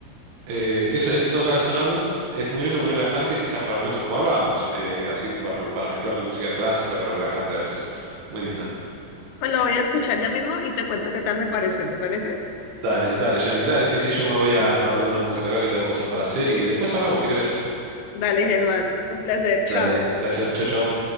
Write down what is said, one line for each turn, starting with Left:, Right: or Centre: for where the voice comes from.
Right: Eh, es, es- no, claro, es un álbum, es muy lindo, muy relajante, quizás para momentos como hablábamos, eh, así para,
Left: Ok,
Right: para mezclar con música clásica, para relajarte a veces. Muy lindo.
Left: pues lo voy a escuchar ya mismo y te cuento qué tal me pareció, ¿te parece?
Right: Dale, dale, Jani, dale, sí, sí, yo me voy a,
Left: Listo.
Right: a ordenar un poquito acá que tengo cosas para hacer y después hablamos si querés.
Left: Dale, Germán, un placer, chao.
Right: Dale, gracias, chau, chau.